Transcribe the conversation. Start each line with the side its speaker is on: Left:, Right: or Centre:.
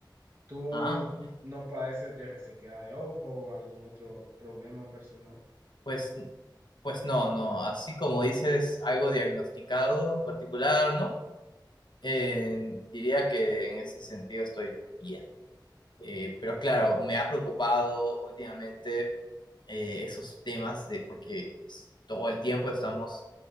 Right: ¿Tú
Left: ah,
Right: no padeces de resequedad de ojo o algún otro problema personal?
Left: pues, pues no, no, así como dices algo diagnosticado en particular, ¿no? Eh, diría que en ese sentido estoy bien. Eh, pero claro, me ha preocupado últimamente eh, esos temas de porque pues, todo el tiempo estamos